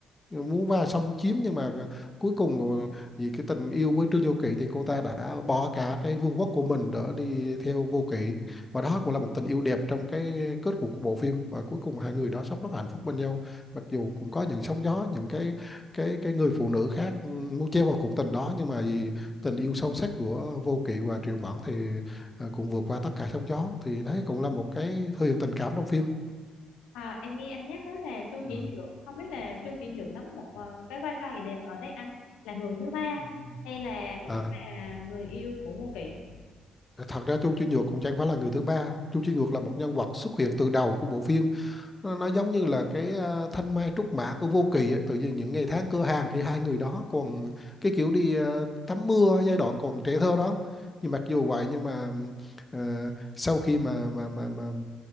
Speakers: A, on the left (about 25°); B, on the left (about 75°).
A: muốn vào xâm chiếm nhưng mà cuối cùng rồi vì cái tình yêu với Trương Vô Kỵ thì cô ta đã bỏ cả cái vương quốc của mình để đi theo Vô Kỵ và đó cũng là một tình yêu đẹp trong cái kết cục của bộ phim và cuối cùng hai người đó sống rất là hạnh phúc bên nhau mặc dù cũng có những sóng gió những cái cái cái người phụ nữ khác ừ, muốn chen vào cuộc tình đó nhưng mà vì tình yêu sâu sắc của Vô Kỵ và Triệu Mẫn thì ờ, cũng vượt qua tất cả sóng gió thì đấy cũng là một cái thể hiện tình cảm trong phim
B: À, em nghe anh nhắc tới là Chu
A: ừ.
B: Chỉ Nhượng, không biết là Chu Chỉ Nhượng đóng một à, cái vai trò gì để ở đây anh là người thứ ba
A: Ừ.
B: hay là cũng
A: à
B: là người yêu của Ngô Kỵ?
A: Thật ra Chu Chi Nhược cũng chẳng phải là người thứ ba. Chu Chi Nhược là một nhân vật xuất hiện từ đầu của bộ phim. Nó, nó giống như là cái ờ, thanh mai trúc mã của Vô Kỳ ấy. Tự nhiên những ngày tháng cửa hàng thì hai người đó còn cái kiểu đi ờ, tắm mưa giai đoạn còn trẻ thơ đó. Nhưng mặc dù vậy nhưng mà ờ, sau khi mà mà mà mà